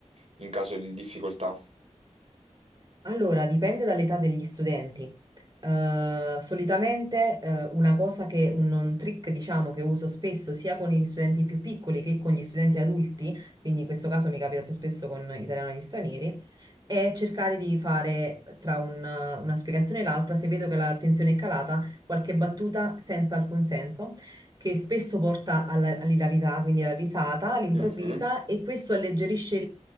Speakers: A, on the right; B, on the right.
A: in caso di difficoltà?
B: Allora, dipende dall'età degli studenti. Eh, solitamente, eh, una cosa che un, un trick, diciamo, che uso spesso sia con gli studenti più piccoli che con gli studenti adulti, quindi in questo caso mi capita più spesso con italiano agli stranieri, è cercare di fare tra una, una spiegazione e l'altra, se vedo che l'attenzione è calata, qualche battuta senza alcun senso. Che spesso porta alla- all'ilarità, quindi alla risata all'improvvisa,
A: Mhm,
B: e questo alleggerisce